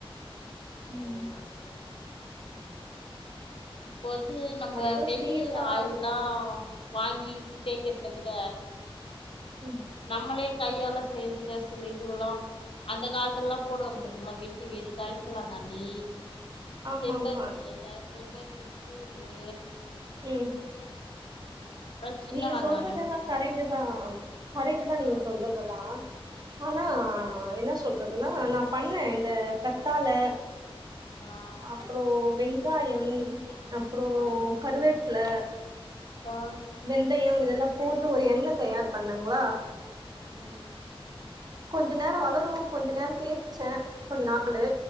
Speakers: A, on the right (about 45°); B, on the left (about 65°).
A: ம்
B: ஓ செரிங்க ம் இப்போ வந்து நம்ப
A: அது ஏதோ
B: வெளிய
A: சேஃபா
B: ஆய்ல்லா
A: அப்டின்னு
B: வாங்கி தேக்கிற்த விட
A: ம்
B: நம்மளே கையால செஞ்ச சில இதுவெல்லா அந்த காலத்துல எல்லா போடுவாங்க பாத்தீங்களா வெட்டி வேறு கரிசலாங்கண்ணி
A: ஆமா
B: செம்பருத்தி
A: ஆமா
B: எல செம்பருத்தி பூவு
A: ம்
B: அப்றோ சின்ன
A: நீங்க
B: வெங்காயம்
A: சொல்றதெல்லாம் கரை ட்டுதா கரட்டுகு தா நீங்க
B: ஆ
A: சொல்றதெல்லா ஆனா
B: ஆ
A: என்ன சொல்றதுன்னா நா பண்ண இந்த கத்தால
B: ஆ
A: அப்புறம் வெங் வெங்காயம் அப்புறம்
B: ஆ
A: கருவேப் இல
B: ஆ
A: வெந்தயம் இதெல்லா போட்டு ஒரு எண்ணெய் தயார் பண்ணங்களா
B: உம்
A: கொஞ்ச நேரம் வளரும் கொஞ்ச நேரம் தேய்சச்ச கொஞ்ச நாள்